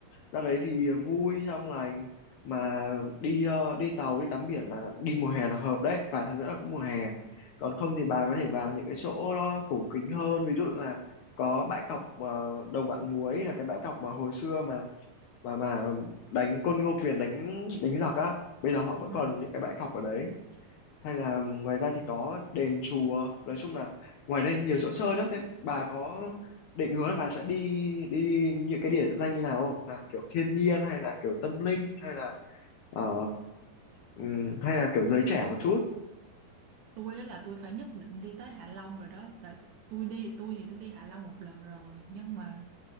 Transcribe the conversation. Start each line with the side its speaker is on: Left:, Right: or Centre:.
Left: ra đấy thì vui trong lành, mà đi ờ, đi tàu đi tắm biển là đi mùa hè là hợp đấy, vài tháng nữa là cũng mùa hè, còn không thì bà có thể vào những cái chỗ nó cổ kính hơn, ví dụ là có bãi cọc ờ, Đồng Vạn Muối là cái bãi cọc mà hồi xưa mà mà mà đánh côn Ngô Quyền đánh đánh giặc á bây giờ họ vẫn
Right: Ừ.
Left: còn những cái bãi cọc ở đấy hay là ngoài ra thì có đền chùa nói chung là ngoài đây nhiều chỗ chơi lắm thế bà có định hướng là bà sẽ đi đi những cái địa danh như nào không là kiểu thiên nhiên hay là kiểu tâm linh hay là ờ, ừm, hay là kiểu giới trẻ một chút
Right: Tôi á là tôi phải nhất định đi tới Hạ Long rồi đó. Tại tôi đi tôi thì tôi đi Hạ Long một lần rồi nhưng mà